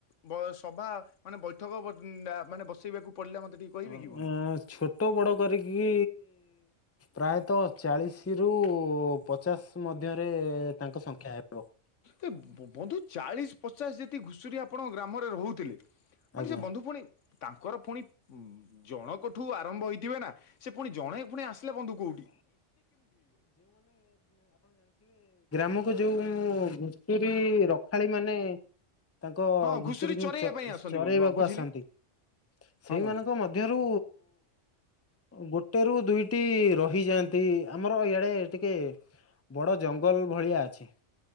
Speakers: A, on the left; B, on the left.
A: ବ ଏ ସ ବା ମାନେ ବୈଠକ ବ ଉଁ ଆ ମାନେ ବସେଇବାକୁ ପଡିଲା ମତେ ଟିକେ କହିବେ
B: ଅଁ
A: କି ବନ୍ଧୁ?
B: ଏ ଛୋଟ ବଡ କରିକି ପ୍ରାୟତଃ ଚାଳିଶି ରୁ ପଚାଶ ମଧ୍ୟରେ ଏ ତାଙ୍କ ସଂଖ୍ୟା ହେବ।
A: ଏ ବ-ବନ୍ଧୁ ଚାଳିଶି ପଚାଶ ଯଦି ଘୁଷୁରୀ ଆପଣଙ୍କ ଗ୍ରାମରେ ରହୁଥିଲେ ମାନେ
B: ଆଜ୍ଞା।
A: ସେ ବନ୍ଧୁ ପୁଣି ତାଙ୍କର ପୁଣି ଉ ଜଣକଠୁ ଆ ଆରମ୍ଭ ହେଇଥିବେ ନା ସେ ପୁଣି ଜଣେ ପୁଣି ଆସିଲା ବନ୍ଧୁ କୋଉ
B: ଉ ମୁଁ ଘୁଷୁରୀ ରଖାଳି ମାନେ ତାଙ୍କ
A: ହଁ
B: ଘୁଷୁରୀଙ୍କୁ
A: ଘୁଷୁରୀ ଚରେଇବା
B: ଚ-ଚରେଇବାକୁ
A: ପାଇଁ ଆସନ୍ତି ବନ୍ଧୁ ହଁ ବୁଝିଲି
B: ଆସନ୍ତି। ସେଇମାନଙ୍କ
A: ହଁ ବନ୍ଧୁ।
B: ମଧ୍ୟରୁ ଗୋଟେ ରୁ ଦୁଇ ଟି ରହିଯାଆନ୍ତି ଆମର ଇଆଡେ ଟିକେ ବଡ ଜଙ୍ଗଲ ଭଳିଆ। ଅଛି